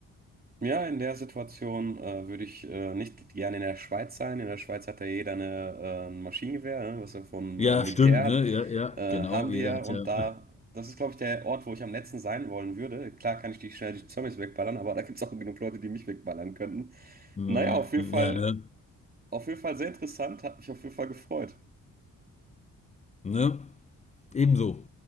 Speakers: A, on the right; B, on the left.
A: Ja, in der Situation äh, würde ich äh, nicht gerne in der Schweiz sein. In der Schweiz hat ja jeder eine, äh, ein Maschinengewehr, ne, was er vom
B: Ja,
A: äh, Militär
B: stimmt,
A: hat.
B: ne? Ja, ja,
A: Äh,
B: genau.
A: haben
B: Jeder
A: die ja
B: hat
A: und
B: ja.
A: da,
B: <laughs>
A: das ist, glaube ich, der Ort, wo ich am letzten sein wollen würde. Klar kann ich die schnell die Zombies wegballern, aber da gibt es auch genug Leute, die mich wegballern könnten.
B: Mm,
A: Naja, auf jeden Fall,
B: Ja, ne?
A: auf jeden Fall sehr interessant, hat mich auf jeden Fall gefreut.
B: Ne? Ebenso.